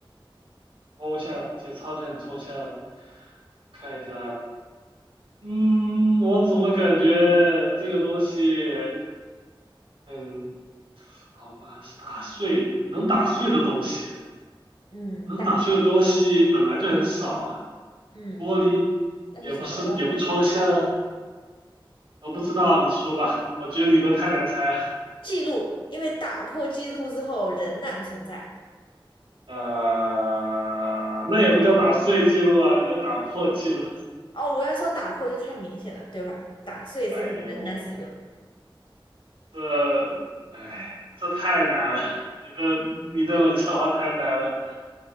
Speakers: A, on the right (about 70°); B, on the left (about 65°).
A: 抽象，节操就很抽象。看一下，嗯，我怎么感觉这个东西，嗯，好吧，是打碎，能打碎的东西，
B: 嗯，
A: 能打碎的东西本来就很少啊。
B: 打，嗯，
A: 玻璃也不是，
B: 那是什么呢？
A: 也不抽象啊。我不知道，你说吧，我觉得你的太难猜了。
B: 记录，因为打破记录之后仍然存在。
A: 呃，那也不叫打碎记录啊，你叫打破记录。
B: 哦，我要说打破就太明显了，对吧？打碎之后仍然使用。
A: 哎呦。这，哎，这太难了，你的你的冷笑话太难了。